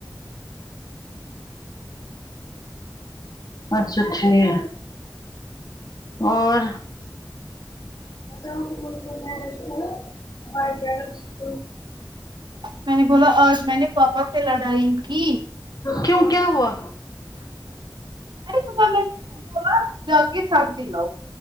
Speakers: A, on the left; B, on the right.
A: اچھا ٹھیک ہے اور ا مش باں کیا <unintelligible>
B: میں نے بولا آج میں نے پاپا سے لڑائی کی
A: کیوں کیا ہوا
B: ارے صبح میں نے انکو بولا جا کے سبزی لاؤ